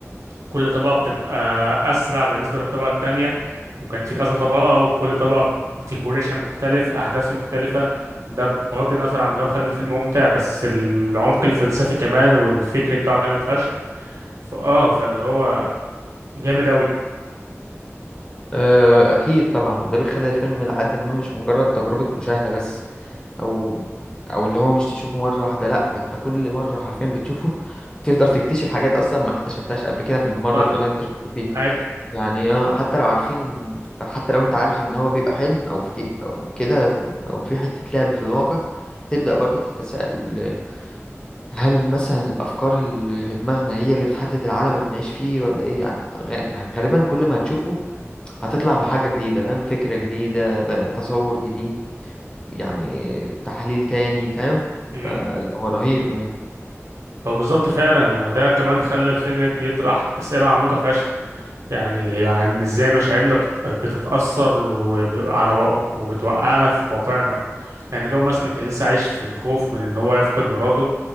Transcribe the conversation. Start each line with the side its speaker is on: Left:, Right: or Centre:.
Right: كل طبقة بتبقى أسرع بالنسبة للطبقة التانية وكان في كذا طبقة وكل طبقة ديكوريشن مختلف أحداث مختلفة ده بغض النظر عن إن هو خلى الفيلم ممتع بس العمق الفلسفي كمان والفكري بتاعه جامد فشخ فاه فاللي هو جامد اوي
Left: أه، أكيد طبعا وده بيخلي الفيلم لحد ما مش مجرد تجربة مشاهدة بس او او اللي هو مش تشوفه مره واحده لا ده انت كل مره حرفيا بتشوفه <laughs> تقدر تكتشف حاجات اصلا ما اكتشفتهاش قبل كده في المره
Right: صح
Left: الاولى اللي انت شفته فيه
Right: أي...
Left: يعني آه، حتى لو عارفين لو حتى لو انت عارف ان هو بيبقى حلم او في او كده او في حته لعب في الواقع تبدا برضو تتساءل هل مثلا الافكار اللي في دماغنا هي اللي بتحدد العالم اللي بنعيش فيه ولا ايه يعني غ- يعني غالبا كل ما هتشوفه هتطلع بحاجه جديده فاهم فكره جديده تصور جديد يعني تحليل تاني فاهم
Right: مم.
Left: فلا هو رهيب رهيب
Right: هو بالظبط فعلا وده كمان خلى الفيلم بيطرح أسئلة عميقة فشخ يعني يعني ازاي مشاعرنا بتت... بتتأثر وب... على و... وبتوقعنا في واقعنا يعني دوم مثلا كان لسه عايش في الخوف من ان هو يفقد مراته